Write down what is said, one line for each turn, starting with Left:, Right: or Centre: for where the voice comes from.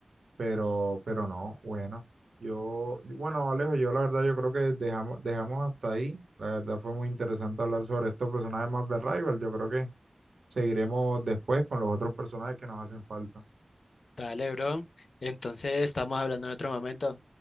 Right: Pero, pero no, bueno. Yo, bueno, Alejo, yo la verdad yo creo que dejamos, dejamos hasta ahí. La verdad fue muy interesante hablar sobre estos personajes más de Rival. Yo creo que Seguiremos después con los otros personajes que nos hacen falta.
Left: Dale, bro. Entonces estamos hablando en otro momento.